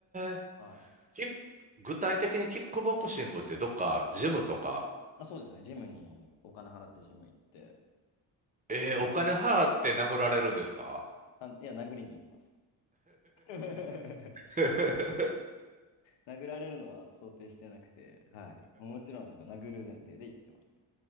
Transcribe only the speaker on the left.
はい。
あ、そうですね。ジムにお金払ってジム行って、
週何回か。
あ、いや、殴りに行きます。<laughs>
殴られるのは想定してなくて、はい。もちろんなんか殴る前提で行ってますね。